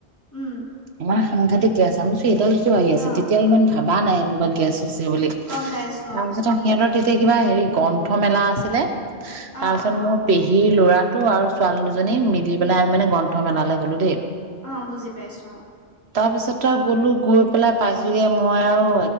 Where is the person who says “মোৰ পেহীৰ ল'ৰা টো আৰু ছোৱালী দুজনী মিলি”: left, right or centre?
Right